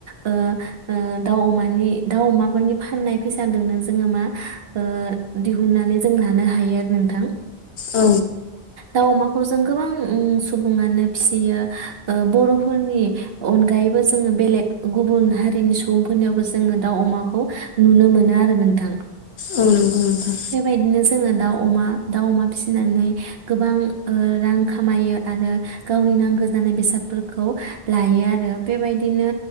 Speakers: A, on the right; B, on the left.
A: ओ ओ दाउ अमानि दाउ अमाफोरनि फाननाय फैसाजोंनो जोङो मा ओ दिहुननानै जों लानो हायो आरो नोंथां।
B: औ
A: दाउ अमाखौ जों गोबां सुबुङानो फियो ओ बर'फोरनि अनगायैबो जोङो बेलेग गुबुन हारिनि सुबुंफोरनियावबो जोङो दाउ अमाखौ नुनो मोनो आरो नोंथां।
B: औ नंगौ नोंथां
A: बेबायदिनो जोङो दाउ। अमा दाउ अमा फिनानै गोबां ओ रां खामायो आरो गावनि नांगौ जानाय बेसादफोरखौ लायो आरो बेबायदिनो